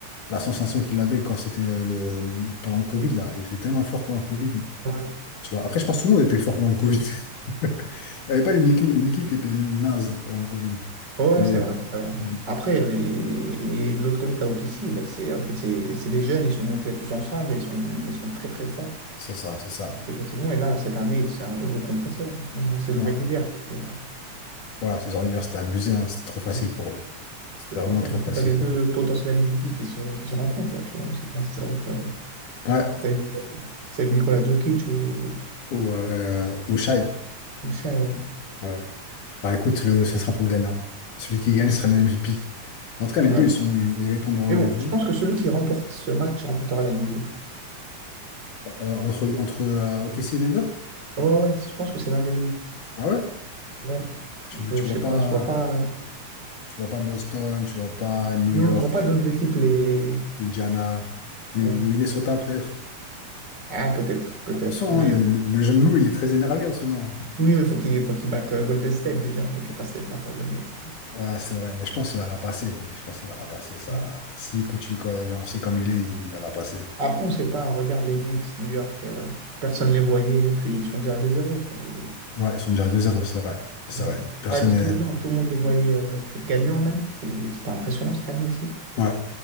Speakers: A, on the left; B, on the right.
A: la sensation qu'il avait quand c'était euh, le pendant le Covid là. Il était tellement fort pendant le Covid.
B: Ouais.
A: Tu vois. Après, je pense que tout le monde était fort pendant le Covid. <laughs> Il n'y avait pas une équipe, une équipe qui était naze pendant le Covid.
B: Ouais,
A: Mais
B: c'est vrai, c'est vrai.
A: mm,
B: Après, euh, et, et de l'autre côté, t'as Okissi, bah, c'est, en fait, c'est c'est des jeunes, ils sont montés tous ensemble et ils sont, ils sont très très forts
A: c'est ça, c'est ça.
B: depuis quelques saisons. Et là, cette année, c'est un rouleau compresseur, même en saison
A: Ouais.
B: régulière, c'était euh,
A: Voilà, ces organisateurs, c'était abusé, hein. C'était trop facile
B: ouais,
A: pour eux.
B: c'était
A: C'était
B: trop
A: vraiment
B: fort.
A: trop
B: Et
A: facile
B: puis, t'as les
A: pour
B: deux
A: eux.
B: potentiels MVP qui se, qui se rencontrent là, tu vois. On sait pas si ça va être, euh,
A: Ouais.
B: ça va être, ça va être Nikola Jokic ou,
A: Ou, euh, ou Shai.
B: ou Shai, ouais.
A: Ouais. Bah écoute, le, ça sera pour le gagnant. Celui qui gagne
B: <laughs>
A: sera le MVP. En tout cas, les
B: Ouais.
A: deux, ils sont, ils ils répondent au rendez-vous.
B: Mais bon, je pense que celui qui remporte ce match remportera la NBA.
A: Euh, entre entre euh, OKC et Denver?
B: Ouais, ouais, je pense que c'est l'un des deux.
A: Ah ouais?
B: Ouais.
A: Tu,
B: Je,
A: tu
B: je
A: vois
B: sais
A: pas
B: pas, je vois pas.
A: tu vois pas Boston, tu vois pas New
B: Non,
A: York,
B: je vois pas d'autres équipes les.
A: Indiana, Mi-
B: Ouais.
A: Minnesota peut-être.
B: Ah, peut-être, peut-être.
A: Attention,
B: Mais
A: hein, le, le- le jeune loup, il est très énervé en ce moment.
B: oui, mais faut qu'il faut qu'il batte euh, Golden State déjà. Faut qu'il passe l'étape à Golden State.
A: Ouais, c'est vrai, mais je pense qu'il va la passer. Je pense qu'il va la passer, ça.
B: Mm.
A: S'il continue co- de lancer comme il est, il va la passer.
B: Après, on sait pas. On regarde les Knicks, New York, euh, personne les voyait. et Puis ils sont déjà à deux zéro. quoi. Et,
A: Ouais, ils sont déjà à deux zéro c'est vrai. C'est
B: ouais.
A: vrai. Personne
B: Pareil pour
A: n'est...
B: Cleveland, tout le monde les voyait euh, peut-être gagnants même. et vu que c'était impressionnant cette année aussi.
A: Ouais.